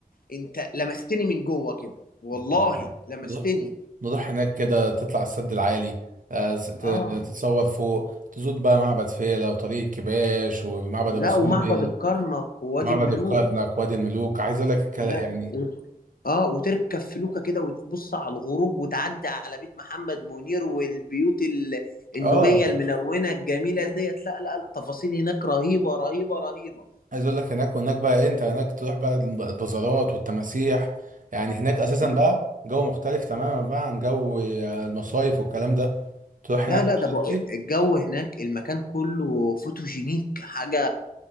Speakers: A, on the left; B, on the right.
A: انت لمستني من جوه كده والله
B: بجد.
A: لمستني
B: نروح نروح هناك كده تطلع السد العالي آه، س- ت-
A: اه
B: تتصور فوق تزود بقى معبد فيلة وطريق الكباش ومعبد
A: لا
B: أبو سمبل
A: ومعبد الكرنك ووادي
B: معبد
A: الملوك
B: الكرنك وادي الملوك عايز اقول لك الك-
A: لا
B: يعني
A: و... اه وتركب فلوكة كده وتبص على الغروب وتعدي على بيت محمد منير والبيوت ال... النوبية
B: اه
A: الملونة الجميلة ديت لا لا لا تفاصيل هناك رهيبة رهيبة رهيبة
B: عايز اقول لك هناك وهناك بقى إيه، انت هناك تروح بقى الب- البازارات والتماسيح يعني هناك اساسا
A: مم.
B: بقى جو مختلف تماما بقى عن جو آه، المصايف والكلام ده تروح
A: لا
B: هناك
A: لا
B: شتي
A: ده بقى الجو هناك المكان كله فوتوجينيك حاجة